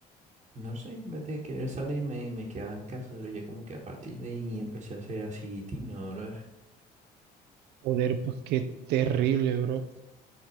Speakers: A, on the right (about 40°); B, on the right (about 80°).
A: no sé, en vez de querer salir me, me quedaba en casa, bro. Ya como que a partir de ahí empecé a ser así tímido, bro.
B: Joder, pues qué terrible, bro.